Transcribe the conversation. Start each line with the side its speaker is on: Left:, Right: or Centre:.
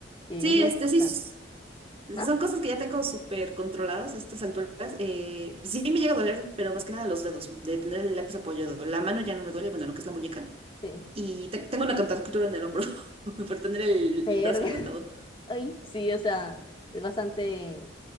Left: Y
Right: sí,
Left: es muy
Right: este,
Left: importante.
Right: sí, s-
Left: Ah,
Right: son cosas que ya tengo súper controladas a estas alturas. Eh, sí me llega a doler, pero más que nada los dedos, de tener el lápiz apoyado. La mano ya no me duele, bueno, lo que es la muñeca.
Left: sí.
Right: Y te- tengo una contractura en el hombro <laughs> por tener el,
Left: Verga.
Right: el brazo levantado.
Left: <laughs> Ay, sí, o sea, es bastante